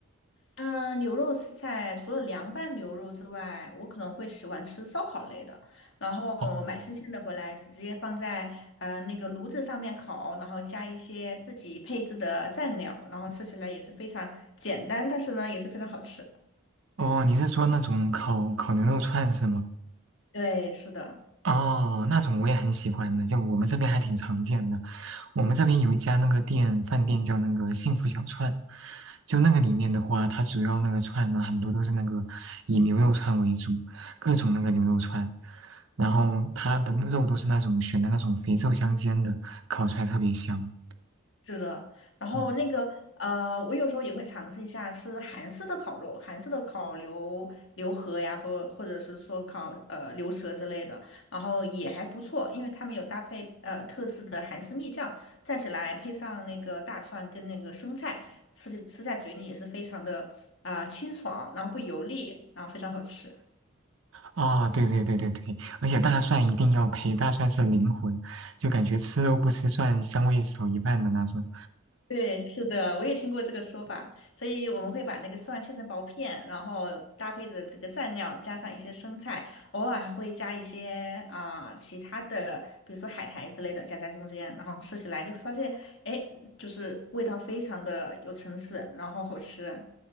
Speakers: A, on the left; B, on the right.
A: 嗯，呃牛肉菜除了凉拌牛肉之外，我可能会喜欢吃烧烤类的，然后买新鲜的回来，
B: 哦。
A: 直接放在呃那个炉子上面烤，然后加一些自己配置的蘸料，然后吃起来也是非常简单，但是呢也是非常好吃。
B: 哦，你是说那种烤烤牛肉串是吗？
A: 对，是的。
B: 哦，那种我也很喜欢的，就我们这边还挺常见的。我们这边有一家那个店，饭店叫那个幸福小串，就那个里面的话，它主要那个串呢，很多都是那个以牛肉串为主，各种那个牛肉串，然后它的那肉都是那种选的那种肥瘦相间的，烤出来特别香。
A: 是的，然后那个呃，
B: 嗯
A: 我有时候也会尝试一下吃韩式的烤肉，韩式的烤牛牛河呀，或或者是说烤呃牛舌之类的，然后也还不错，因为他们有搭配呃特制的韩式蜜酱，蘸起来配上那个大蒜跟那个生菜，吃起吃在嘴里也是非常的啊、呃清爽，然后不油腻，然后非常好吃。
B: 啊、对对对对对，而且大蒜一定要配，大蒜是灵魂，就感觉吃肉不吃蒜，香味少一半的那种。
A: 对，是的，我也听过这个说法，所以我们会把那个蒜切成薄片，然后搭配着这个蘸料，加上一些生菜，偶尔还会加一些啊、其他的，比如说海苔之类的夹在中间，然后吃起来就发现，哎，就是味道非常的有层次，然后好吃。